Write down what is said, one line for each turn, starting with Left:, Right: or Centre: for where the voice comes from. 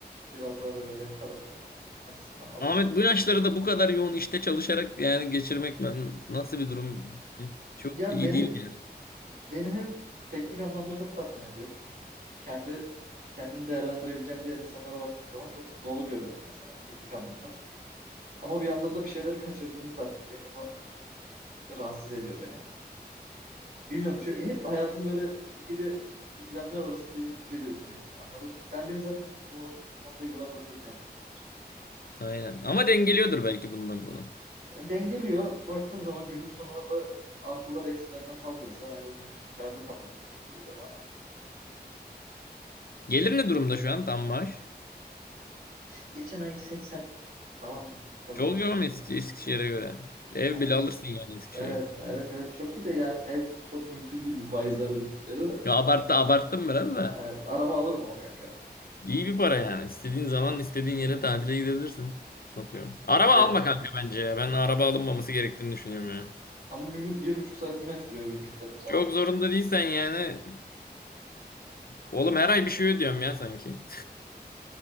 Right: Biraz daha böyle rehber olma açısından alışsın.
Left: Ahmet bu yaşları da bu kadar yoğun işte çalışarak yani geçirmek ben- nasıl bir durum çok
Right: Ya
Left: iyi
Right: beni
Left: değil yani.
Right: beni hem teknik anlamda çok tatmin ediyor. Şimdi kendi kendimi değerlendirebileceğim diğer insanlara baktığım zaman çok dolu görüyorum mesela teknik anlamda. Ama bir yandan da bir şeyleri kaçırdığımın farkındayım. O da rahatsız ediyor beni. Bilmiyorum çünkü hep hayatım böyle ikili ikilemler arasında gidip geliyor sürekli. Anladın mı? Sen beni zaten bunu, bu konuda yıllardır çok iyi anlıyorsun bence.
Left: Aynen. Ama dengeliyordur belki bundan bunu.
Right: E, Dengeliyor. Baktığım zaman günün sonunda da artılar eksilerden fazlaysa ben o günü kârlı kapattım gibi geliyor bana. Yani.
Left: Gelir ne durumda şu an tam maaş?
Right: İşte geçen ay 80 falan kazandım
Left: Çok yoğun
Right: herhalde.
Left: Eski, Eskişehir'e göre. Ev
Right: Kanka
Left: bile alırsın yani Eskişehir'den.
Right: evet evet evet çok iyi de yani ev çok mümkün değil bu faizlerle Türkiye'de de.
Left: Ya abarttı abarttım biraz da.
Right: Ee, araba alırım ama kanka.
Left: İyi bir para yani. İstediğin zaman istediğin yere tatile gidebilirsin. Atıyorum. Araba
Right: Evet
Left: alma kanka bence ya. Ben araba alınmaması gerektiğini düşünüyorum ya.
Right: ama bir, bir buçuk saatimi etkiliyor günlük dedim sana.
Left: Çok zorunda değilsen yani. Oğlum her ay bir şey ödüyorum ya sanki.